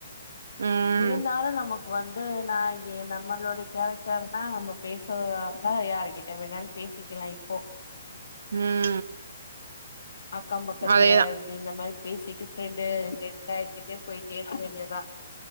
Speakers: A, on the right (about 55°); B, on the left (about 85°).
A: ம்
B: இருந்தாலும் நமக் வந்து நான் இங்க நம்மளோடைய கேரக்டர் தான் நம்ம பேசுவதா இருந்தா யாருகிட்ட வேணாலு பேசிக்கலாம் இப்போ
A: ம்
B: அக்கம் பக்கத்துல
A: அதேதா
B: இப்படி இந்த மாரி பேசிட்டு ஃப்ரெண்டு ஃப்ரெண்டா எடுத்துட்டு போயிட்டே வேண்டியதான்